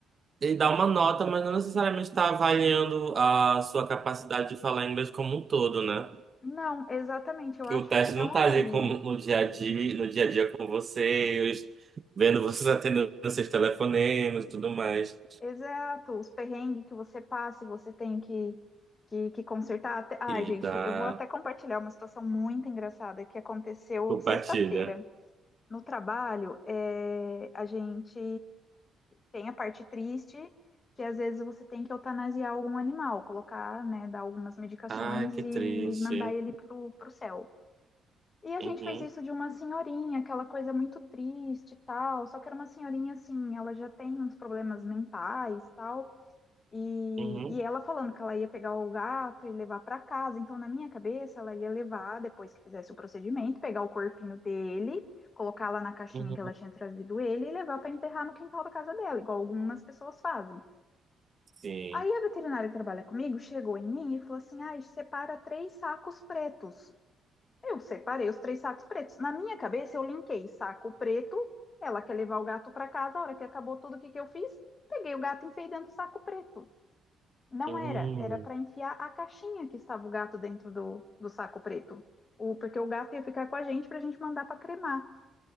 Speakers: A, on the right (about 40°); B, on the left (about 35°).
A: Ele dá uma nota, mas não necessariamente está avaliando a sua capacidade de falar inglês como um todo, né?
B: Não, exatamente, eu
A: Que
B: acho
A: o teste
B: que
A: não
B: não
A: está
B: avalia.
A: ali como no dia a dia, no dia a dia com vocês, vendo vocês atendendo seus telefonemas e tudo mais.
B: Exato, os perrengues que você passa e você tem que, que, que consertar. Até... Ai,
A: E
B: gente,
A: dá
B: eu vou até compartilhar uma situação muito engraçada que aconteceu
A: compartilha.
B: sexta-feira. No trabalho, é, a gente tem a parte triste, que às vezes você tem que eutanasiar algum animal, colocar, né, dar algumas medicações
A: Ai, que
B: e
A: triste.
B: mandar ele pro, pro céu. E a gente
A: Uhum,
B: fez isso de uma senhorinha, aquela coisa muito triste e tal, só que era uma senhorinha assim, ela já tem uns problemas mentais e tal e,
A: uhum,
B: e ela falando que ela ia pegar o gato e levar para casa. Então, na minha cabeça, ela ia levar, depois que fizesse o procedimento, pegar o corpinho dele, colocar lá na caixinha
A: uhum.
B: que ela tinha trazido ele e levar para enterrar no quintal da casa dela, igual algumas pessoas fazem.
A: Sim.
B: Aí a veterinária que trabalha comigo chegou em mim e falou assim: ah, separa três sacos pretos. Eu separei os três sacos pretos. Na minha cabeça, eu linkei saco preto, ela quer levar o gato para casa. A hora que acabou tudo, o que, que eu fiz? Peguei o gato e enfiei dentro do saco preto. Não
A: Hum.
B: era, era para enfiar a caixinha que estava o gato dentro do, do saco preto. O, porque o gato ia ficar com a gente para a gente mandar para cremar.